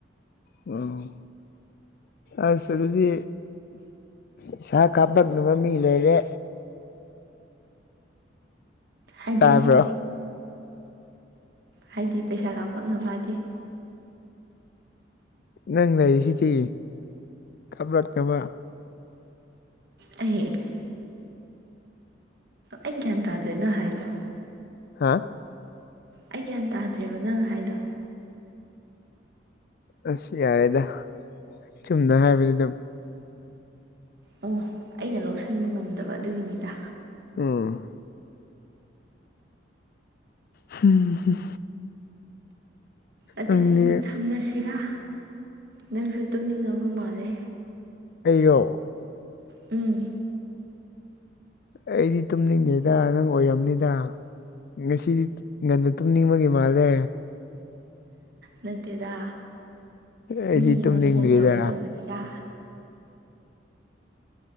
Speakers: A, on the left; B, on the right.
A: ꯎꯝ ꯑꯁ ꯑꯗꯨꯗꯤ ꯄꯩꯁꯩꯥ ꯀꯥꯞꯄꯛꯅꯕ ꯃꯤ ꯂꯩꯔꯦ
B: ꯍꯥꯏꯗꯤ
A: ꯇꯥꯕ꯭ꯔꯣ
B: ꯍꯥꯏꯗꯤ ꯄꯩꯁꯥ ꯀꯥꯞꯄꯛꯅꯕꯗꯤ
A: ꯅꯪꯅ ꯑꯩꯁꯤꯗꯤ ꯀꯥꯞꯂꯛꯅꯕ
B: ꯑ ꯑꯩ ꯒ꯭ꯌꯥꯟ ꯇꯥꯗ꯭ꯔꯦꯅ ꯍꯥꯏꯗꯣ
A: ꯍꯥꯥ
B: ꯑꯩ ꯒ꯭ꯌꯥꯟ ꯇꯥꯗ꯭ꯔꯦꯕ ꯅꯪ ꯍꯥꯏꯗꯣ
A: ꯑꯁ ꯌꯥꯔꯦꯗ ꯆꯨꯝꯅ ꯍꯥꯏꯕꯗꯤ ꯑꯗꯨꯝ
B: ꯑꯣ ꯑꯩꯅ ꯂꯧꯁꯟꯕ ꯉꯝꯗꯕ ꯑꯗꯨꯒꯤꯅꯤꯗ
A: ꯎꯝ ꯍꯝꯝ
B: ꯑꯗꯨꯗꯤ
A: ꯅꯪꯗꯤ
B: ꯊꯝꯃꯁꯤꯔꯥ ꯅꯪꯁꯨ ꯇꯨꯝꯅꯤꯡꯉꯕ ꯃꯥꯜꯂꯦ
A: ꯑꯩꯌꯣ
B: ꯎꯝ
A: ꯑꯩꯗꯤ ꯇꯨꯝꯅꯤꯡꯉꯦꯗ ꯅꯪ ꯑꯣꯏꯔꯝꯅꯤꯗ ꯉꯁꯤꯗꯤ ꯉꯟꯅ ꯇꯨꯝꯅꯤꯡꯕꯒꯤ ꯃꯥꯜꯂꯦ
B: ꯅꯠꯇꯦꯗ
A: ꯑꯩꯗꯤ
B: ꯃꯤ
A: ꯇꯨꯝꯅꯤꯡꯗ꯭ꯔꯤꯗ
B: ꯑꯃ ꯐꯣꯟ ꯇꯧꯒꯦ ꯇꯧꯕꯅꯤꯗ